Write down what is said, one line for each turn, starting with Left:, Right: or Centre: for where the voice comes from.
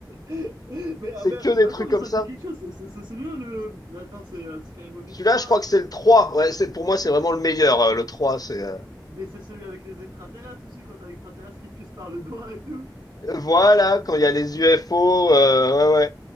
Right: Mais, ah,
Left: c'est
Right: mais,
Left: que des
Right: attends,
Left: trucs
Right: mais
Left: comme
Right: ça
Left: ça.
Right: me dit quelque chose. C'est c'est- c'est celui-là, le. Attends, c'est euh, Scary Movie
Left: Celui-là,
Right: 3.
Left: je crois que c'est le 3. Ouais, c'est, pour moi, c'est vraiment le meilleur. euh, le trois, c'est... euh,
Right: Mais c'est celui avec les extraterrestres aussi, quand t'as l'extraterrestre qui te pisse par le doigt et tout.
Left: Voilà, quand il y a les UFO, euh, ouais, ouais.